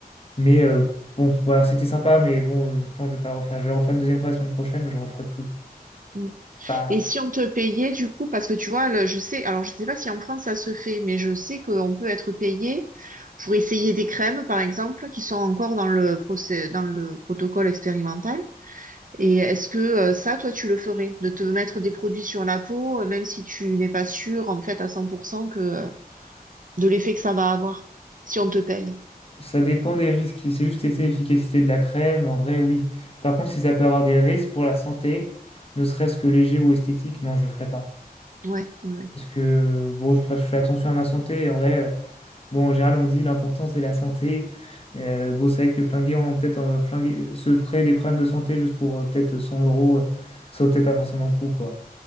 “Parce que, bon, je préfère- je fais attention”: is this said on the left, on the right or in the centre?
Left